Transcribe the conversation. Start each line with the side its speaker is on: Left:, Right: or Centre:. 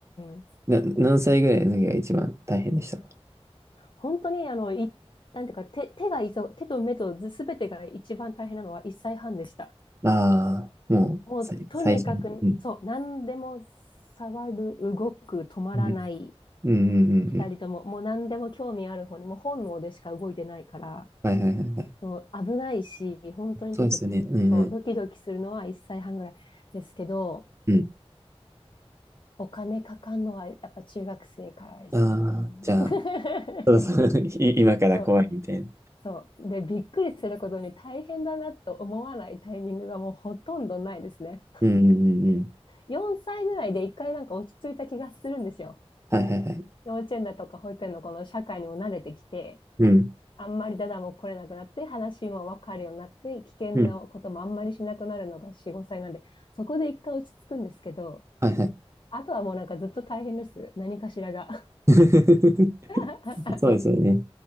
Left: ん。
Right: な、何歳ぐらいの時が一番大変でしたか
Left: 本当に、あの、い、なんていうか、手、手がいそう、手と目とすべてが一番大変なのは1歳半でした。
Right: ああー、もう、
Left: もう、
Right: さい、
Left: とにかく、
Right: 最初に。うん。
Left: そう、何でも触る、動く、止まらない、
Right: うん。うんうんうんうん。
Left: 二人とも、もう何でも興味ある方に、もう本能でしか動いてないから、
Right: はいはいはいはい。
Left: そう、危ないし、本当にちょっと、
Right: そうですよね。うんうん
Left: そう、ドキドキするのは1歳半ぐらいですけど、
Right: うん。
Left: お金かかんのはやっぱ中学生からですよね。
Right: ああ、じゃあ、
Left: <laughs>
Right: そろそろ <laughs> い今から怖いみたいな。
Left: そうそう。で、びっくりすることに大変だなと思わないタイミングがもうほとんどないですね。
Right: うんうんうんうん。
Left: 4歳ぐらいで一回なんか落ち着いた気がするんですよ。
Right: はいはいはい。
Left: 幼稚園だとか保育園のこの社会にも慣れてきて、
Right: うん。
Left: あんまりダダも来れなくなって、話もわかるようになって、危険なこともあんまりしなくなるのが4、
Right: うん。
Left: 5歳なんで、そこで一回落ち着くんですけど、
Right: はいはい。
Left: あとはもうなんかずっと大変です。何かしらが。
Right: <laughs>
Left: <laughs>
Right: そうですよね。